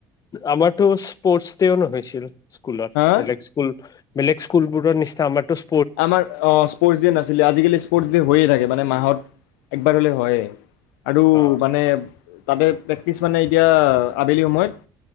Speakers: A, on the left (about 40°); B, on the left (about 85°).
A: আমাৰটো স্পৰ্টছ ডে ও নহৈছিল। স্কুলত,
B: হা
A: বেলেগ স্কুল, বেলেগ স্কুলবোৰৰ নিচি তে আমাৰটো' চ
B: আমাৰ অ, স্পৰ্টছ ডে নাছিলে আজিকালি স্পৰ্টছ ডে হৈয়ে থাকে, মানে মাহত একবাৰ হলেও হয়েই। আৰু
A: অ
B: মানে তাতে প্ৰেক্টিচ মানে এতিয়া আবেলি সময়ত